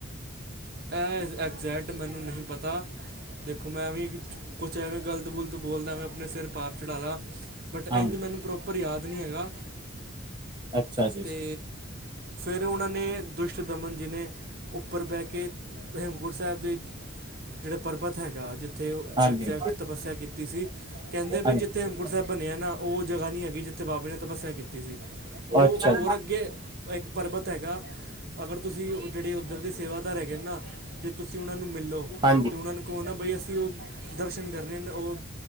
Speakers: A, on the right (about 45°); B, on the right (about 20°).
A: ਇਹ ਐਗਜੈਕਟ ਮੈਨੂੰ ਨਹੀਂ ਪਤਾ ਦੇਖੋ ਮੈਂ ਵੀ ਕੁਛ ਐਂਵੇਂ ਗਲਤ ਗੁਲਤ ਬੋਲਦਾ ਮੈਂ ਆਪਣੇ ਸਿਰ ਪਾਪ ਚੜ੍ਹਾਲ ਲਾ ਬਟ ਇੰਝ
B: ਹਾਂਜੀ,
A: ਮੈਨੂੰ ਪ੍ਰੋਪਰ ਯਾਦ ਨਹੀਂ ਹੈਗਾ
B: ਅੱਛਾ ਜੀ,
A: ਤੇ ਫੇਿਰ ਉਹਨਾਂ ਨੇ ਦੁਸ਼ਟ ਦਮਨ ਜੀ ਨੇ ਉੱਪਰ ਬਹਿ ਕੇ ਹੇਮਕੁੰਟ ਸਾਹਿਬ ਦੇ ਜਿਹੜਾ ਪਰਬਤ ਹੈਗਾ ਜਿੱਥੇ ਉਹ
B: ਹਾਂਜੀ।
A: ਐਗਜੈਕਟ ਤਪੱਸਿਆ ਕੀਤੀ ਸੀ ਕਹਿੰਦੇ
B: ਹਾਂਜੀ।
A: ਬਈ ਜਿੱਥੇ ਹਮਕੋਟ ਸਾਹਿਬ ਬਣਿਆ ਨਾ ਉਹ ਜਗ੍ਹਾ ਨਹੀਂੀ ਹੈਗੀ ਜਿੱਥੇ ਬਾਬੇ ਨੇ ਤਪੱਸਿਆ ਕੀਤੀ ਸੀ ਉਹ
B: ਅੱਛਾ
A: ਹੋਰ ਅੱਗੇ ਇੱਕ ਪਰਬਤ ਹੈਗਾ ਅਗਰ ਤੁਸੀਂ ਉਹ ਜਿਹੜੇ ਉੱਧਰ ਦੇ ਸੇਵਾਦਾਰ ਹੈਗੇ ਨੇ ਨਾ ਜੇ ਤੁਸੀਂ ਉਹਨਾਂ ਨੂੰ ਮਿਲੋ
B: ਹਾਂਜੀ
A: ਤਾਂ ਉਹਨਾਂ ਨੂੰ ਕੌ ਨਾ ਬਈ ਅਸੀਂ ਉਹ ਦਰਸ਼ਨ ਕਰਨੇ ਉਹ